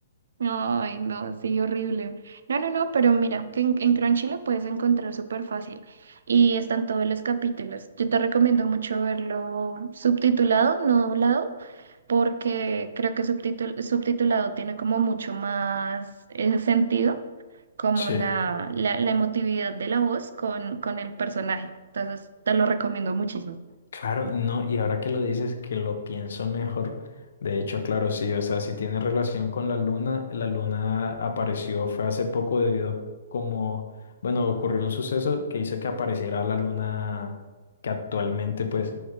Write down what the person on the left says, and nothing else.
Sí,
claro, no, y ahora que lo dices, que lo pienso mejor. De hecho, claro, sí, o sea, si tiene relación con la luna, la luna apareció, fue hace poco debido como, bueno, ocurrió un suceso que hizo que apareciera la luna que actualmente, pues,